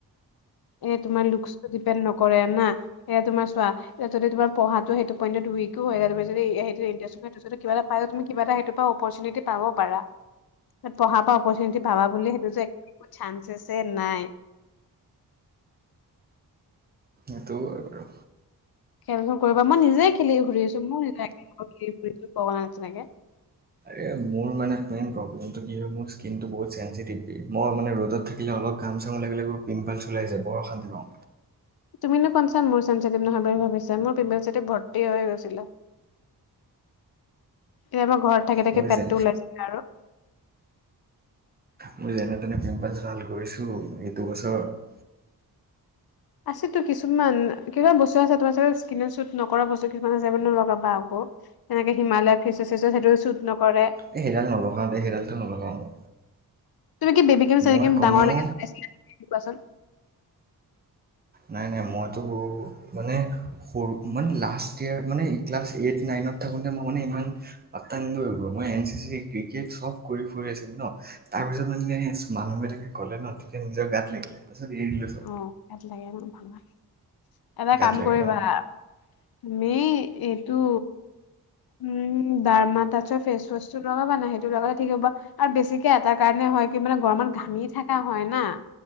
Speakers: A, on the left; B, on the right.
A: এ তোমাৰ লুকচটো ডিপেণ্ড নকৰে না, হে তোমাৰ চোৱা এতিয়া যদি তোমাৰ পঢ়াটো সেইটো পইন্টত উইকো হয় এতিয়া তুমি যদি হেইটো ইণ্টাৰ্নশ্বিপ কিবা এটা কাইলৈ তুমি কিবা এটা হেইটো পৰা অপৰচুনিটি পাব পাৰা, পঢ়া পৰা অপৰচুনিটি পাবা বুলি সেইটো যে একো চান্সেছে নাই
B: এইটোও হয় বাৰু
A: খেলখন কৰিব মই নিজে খেলি ঘুৰি আছো মোৰ <unintelligible> <inaudible> পোৱা নাই তেনেকে
B: এ মোৰ মানে মেইন প্ৰব্লেমটো কি হয় মোৰ স্কিনটো বহুত চেনচিটিভ কি মই মানে ৰদত থা এই অলপ ঘাম চাম ওলাই গলেও পিম্পালছ্ ওলাই যায় বৰ অশান্তি পাও
A: তুমি নো কনচা মোৰ চেনচিটিভ নহয় বুলি ভাবিছা মোৰ পিম্পালছেদি ভৰ্তি হৈ গৈছিলো এইবাৰ ঘৰত থাকি
B: মোৰ
A: থাকি পেটটো
B: যে
A: ওলাইছিলে আৰু
B: মই যেনে তেনে পিম্পাল্ছ ভাল কৰিছো এইটো বছৰত
A: আছেতো কিছুমান কিমান বস্তু আছে তোমাৰ চাগে স্কিনত শ্বুট নকৰা বস্তু কিছুমান আছে ন লগাবা আকৌ এনেকে হিমালয়া ফেচ ৱাছ আছে সেইটো শ্বুট নকৰে
B: এই সেইডাল নলগাওঁ দেই সেইডালটো নলগাওঁ মই
A: তুমি কি বেবিক্ৰিম চেবিক্ৰিম
B: মই কমেও
A: ডাঙৰলে লগাইছিলা নেকি কোৱাচোন <inaudible>
B: নাই নাই মইতো মানে সৰু মানে লাষ্ট ইয়েৰ মানে এই ক্লাছ এইট নাইনত থাকোতে মই মানে ইমান পাটতা নিদিলো মই এন চি চি ক্ৰিকেট চব কৰি ফুৰি আছিলোঁ ন তাৰপিছত মানে মানুহ বিলাকে ক'লে ন তেতিয়া নিজৰ গাত লাগিলে তাৰ পিছত এৰি দিলো সব
A: অ', এটা কাম
B: গাত লাগে
A: কৰিবা
B: ন
A: তুমি এইটো উম ডাৰ্মা টাচৰ ফেচ ৱাচ টো লগাবা না সেইটো লগালে ঠিক হ'ব আৰু বেছিকে এটা কাৰণে হয় কি মানে গৰমত ঘামি থকা হয় না